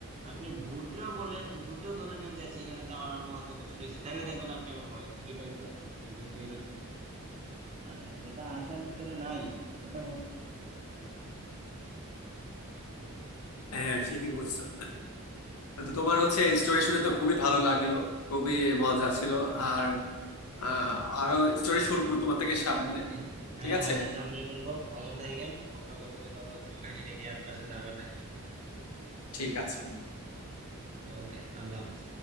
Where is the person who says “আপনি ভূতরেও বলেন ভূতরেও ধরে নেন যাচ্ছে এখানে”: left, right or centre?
Right